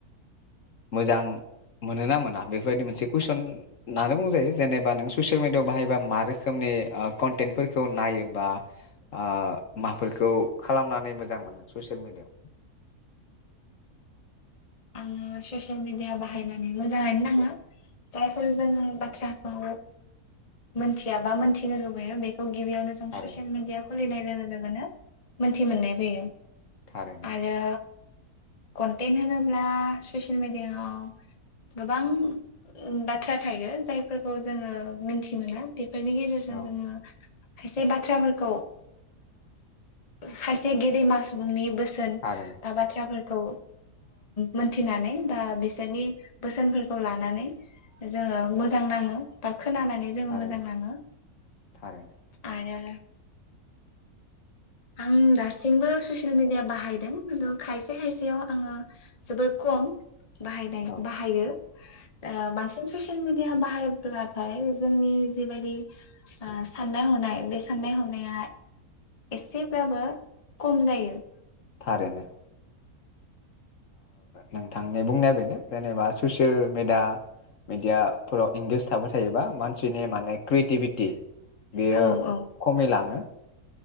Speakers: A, on the left (about 60°); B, on the left (about 30°).
A: मोजां मोनो ना मोना बेफोरबायदि मोनसे कुइसन होननानै बुंजायो जेनेबा नों ससियेल मिडियाव बाहायबा मा रोखोमनि ओ कन्टेन्टफोरखौ नायो बा ओ माफोरखौ खालामनानै मोजां मोनदों ससियेल मिडियाव?
B: आङो ससियेल मिडिया बाहायनानै मोजाङानो नाङो जायफोर जों बाथ्राखौ मोनथिया बा मोनथिनो लुबैयो बेखौ गिबियावनो जों
A: थारैनो
B: ससियेल मिडिया खुलिनाय लोगो लोगोनो मोनथि मोननाय जायो।
A: थारैनो
B: आरो कनटेन्ट होनोब्ला ससियेल मिडियाव गोबां ओ बाथ्रा थायो जायफोरखौ जोङो मिनथि मोना बे फोरनि गेेजेरजों
A: औ
B: जोङो खायसे बाथ्राफोरखौ खायसे गेदेमा सुबुंनि बोसो
A: थारैनो
B: <inaudible> बाथ्राफोर खौ मोनथिनानै बा बिसोरनि बोसोनफोरखौ लानानै जोङो मोजां नाङो बा खोनानानै जोङो
A: थारैनो
B: मोजां नाङो
A: थारैनो
B: आरो आं दासिमबो ससियेल मिडिया बाहायदों खिन्थु खायसे खायसेयाव आङो जोबोर खम। बाहायनाय
A: औ
B: बाहायो। आ बांसिन ससिल मिडिया बाहायब्लाथाय जोंनि जिबायदि साननाय हनाय बे साननाय हनाया एसेब्लााबो खम जायो।
A: थारैनो। नोंथांनि बुंनाया बेनो जेनेबा ससियेल मेडिया मिडियाफोराव इंगेज थाबाय थायोबा मानसिनि माने क्रियेटिभिटि। बेयो
B: औ औ
A: खमि लाङो